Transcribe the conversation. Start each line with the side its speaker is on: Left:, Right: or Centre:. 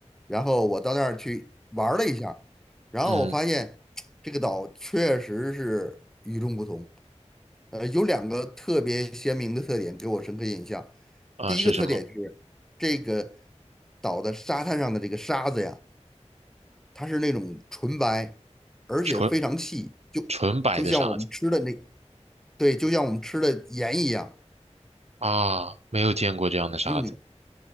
Centre: 然后我到那儿去玩儿了一下儿然后我发现这个岛确实是与众不同，
Right: 嗯
Centre: 呃，有两个特别鲜明的特点给我深刻印象。
Right: 啊，
Centre: 第一个特点是这个
Right: 是什么？
Centre: 岛的沙滩上的这个沙子呀。它是那种纯白，而且非常细，
Right: 纯
Centre: 就就像我们吃的那，
Right: 纯白的沙子
Centre: 对，就像我们吃的盐一样，
Right: 啊，没有见过这样的沙子。
Centre: 嗯，